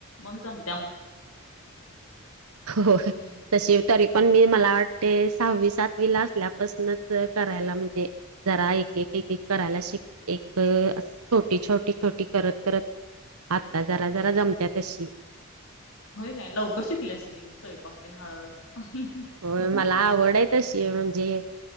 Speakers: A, on the left; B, on the right.
A: मग जम
B: हो
A: हम्म
B: तशी तरी पण मी मला वाट ते सहावी सातवीला असल्यापासूनच करायला म्हणजे जरा एक एक एक एक करायला शिक एक छोटी छोटी छोटी करत करत आता जरा जरा जमत्या तशी
A: होय काय लवकर शिकल्यास की स्वयंपाक तेन हळूहळू.
B: व्हय, मला आवड आहे तशी म्हणजे